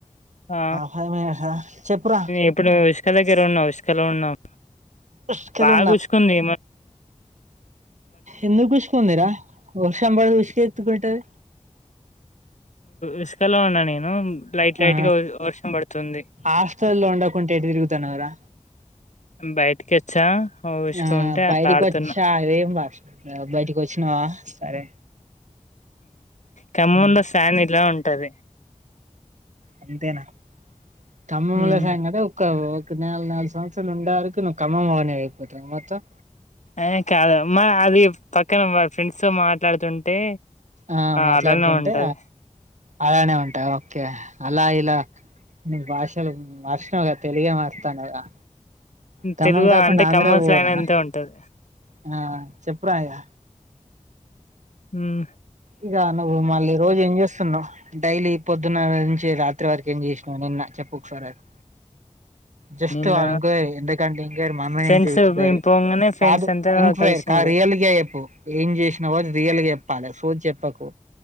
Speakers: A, on the left; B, on the right.
A: ఆ
B: ఫైవ్ మినిట్స్ ఆ చెప్పురా
A: ఇప్పుడు ఇసుక దగ్గర ఉన్నాం ఇసుకలో ఉన్నాం
B: ఉసుకలో
A: బాగా ఉష్కుంది
B: ఎందుకుష్కుంది రా వర్షం పడి ఉష్కెందుకు ఉంటది
A: ఉష్కలో ఉన్న నేను లైట్ లైట్గా
B: ఆ
A: వర్షం పడుతుంది
B: హాస్టల్లో ఉండకుంటే ఎటు తిరుగుతున్నావురా
A: బయటికి వచ్చా ఉసుక
B: ఆ
A: ఉంటే
B: బయటికి
A: అట్లా ఆడుతున్నా
B: వచ్చా అదేం భాష రా బయటికి వచ్చినవా సరే
A: ఖమ్మంలో
B: ఉమ్
A: స్లాంగ్ ఇలా ఉంటది
B: అంతేనా ఖమ్మంలో
A: ఉమ్
B: స్లాంగ్ అంటే ఒక్క నాల్-నాలుగు సంవత్సరాలు ఉండారుకు ఖమ్మం మోనివి నువ్వుఅయిపోతావా మొత్తం
A: ఆ కాదు మా అది పక్కన వ ఫ్రెండ్స్ తో మాట్లాడుతుంటే
B: ఆ మాట్లాడుతుంటే
A: అలానే ఉంటది
B: అలానే ఉంటా ఓకే అలా ఇలా నువ్వు భాషలు మార్షినవ్గా తెలుగే మార్తానవుగా ఖమ్మం
A: తెలుగు
B: కాకుండా
A: అంటే
B: ఆంధ్రాకి
A: ఖమ్మం
B: పోవాల్నా
A: స్లాంగ్ అంతే ఉంటది
B: ఆ చెప్పురా ఇగ
A: ఉమ్
B: ఇగా నువ్వు మళ్ళీ రోజు ఏం చేస్తున్నావు డైలీ పొద్దున్న రాత్రి వరకు ఏం చేసినావ్ నిన్న చెప్పు ఒకసారి అది జస్ట్
A: నిన్న
B: ఎంక్వయిరీ ఎందుకంటే మనమీదే
A: ఫ్రెండ్స్
B: ఎంక్వయిరీ
A: పోంగానే ఫ్రెండ్స్
B: కాదు
A: అంతా
B: ఇంక్వే
A: కలిసిండ్రు
B: కాదు రియల్గా చెప్పు ఏం చేసినవో అది రియల్ గా చెప్పు చెప్పకు